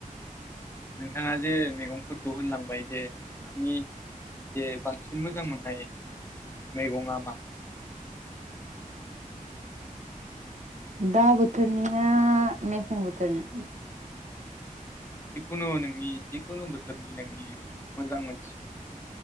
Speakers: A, on the left; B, on the right.
A: नोंथाङा जे मैगंफोरखौ होनलांबाय दे नोंथांनि जे बांसिन मोजां मोननाय मैगङा मा?
B: दा बोथोरनिया मेसें बोथोरनि
A: जिखुनु नोंनि जिखुनु बोथोरनि नोंनि मोजां मोनसि